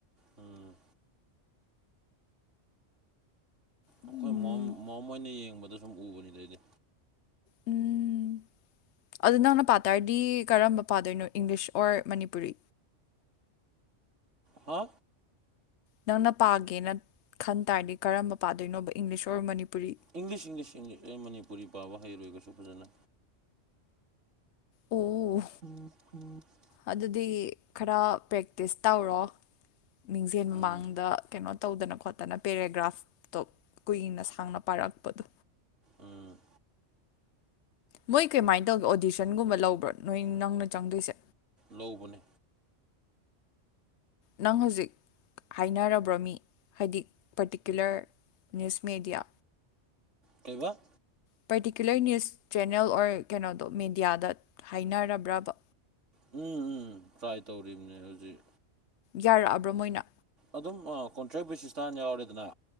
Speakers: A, on the right; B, on the left.
A: ꯎꯝ
B: ꯎꯝ
A: ꯑꯩꯈꯣꯏ ꯃꯣꯝ ꯃꯣꯝ ꯍꯣꯏꯅ ꯌꯦꯡꯕꯗ ꯁꯨꯝ ꯎꯕꯅꯤꯗ ꯑꯩꯗꯤ
B: ꯎꯝ ꯑꯗꯨ ꯅꯪꯅ ꯄꯥꯇꯥꯔꯗꯤ ꯀꯔꯝꯕ ꯄꯥꯗꯣꯏꯅꯣ ꯏꯪꯂꯤꯁ ꯑꯣꯔ ꯃꯅꯤꯄꯨꯔꯤ
A: ꯍꯥ
B: ꯅꯪꯅ ꯄꯥꯒꯦꯅ ꯈꯟ ꯇꯥꯔꯗꯤ ꯀꯔꯝꯕ ꯄꯥꯗꯣꯏꯅꯣꯕ English or Manipuri
A: English English English ꯑꯩ ꯃꯅꯤꯄꯨꯔꯤ ꯄꯥꯕ ꯍꯩꯔꯣꯏ ꯀꯩꯁꯨ ꯐꯖꯅ
B: ꯑꯣ
A: <unintelligible>
B: ꯑꯗꯨꯗꯤ ꯈꯔ ꯄ꯭ꯔꯦꯛꯇꯤꯁ ꯇꯧꯔꯣ ꯃꯤꯡꯖꯦꯜ ꯃꯃꯥꯡꯗ
A: ꯎꯝ
B: ꯀꯩꯅꯣ ꯇꯧꯗꯅ ꯈꯣꯠꯇꯅ ꯄꯦꯔꯥꯒ꯭ꯔꯥꯐꯇꯣ ꯀꯨꯏꯅ ꯁꯥꯡꯅ ꯄꯥꯔꯛꯄꯗꯣ
A: ꯎꯝ
B: ꯃꯣꯏ ꯀꯩꯃꯥꯏ ꯇꯧꯒꯦ ꯑꯣꯗꯤꯁꯟꯒꯨꯝꯕ ꯂꯧꯕ꯭ꯔꯣ ꯅꯣꯏ ꯅꯪꯅ ꯆꯪꯗꯣꯏꯁꯦ
A: ꯂꯧꯕꯅꯦ
B: ꯅꯪ ꯍꯧꯖꯤꯛ ꯍꯥꯏꯅꯔꯕ꯭ꯔꯣ ꯃꯤ ꯍꯥꯏꯗꯤ ꯄꯥꯔꯇꯤꯀꯨꯂꯔ ꯅ꯭ꯌꯨꯁ ꯃꯦꯗꯤꯌꯥ
A: ꯀꯩꯕ
B: ꯄꯔꯇꯤꯀꯨꯂꯔ ꯅ꯭ꯌꯨꯁ ꯆꯦꯅꯦꯜ ꯑꯣꯔ ꯀꯩꯅꯣꯗꯣ ꯃꯦꯗꯤꯌꯥꯗ ꯍꯥꯏꯅꯔꯕ꯭ꯔꯕꯥ
A: ꯎꯝ ꯎꯝ ꯇ꯭ꯔꯥꯏ ꯇꯧꯔꯤꯕꯅꯦ ꯍꯧꯖꯤꯛ
B: ꯌꯥꯔꯛꯑꯕ꯭ꯔꯣ ꯃꯣꯏꯅ
A: ꯑꯗꯨꯝ ꯑꯥ ꯀꯣꯟꯇ꯭ꯔꯦꯛ ꯕꯦꯁꯤꯁꯇ ꯍꯥꯟꯅ ꯌꯥꯎꯔꯦꯗꯅ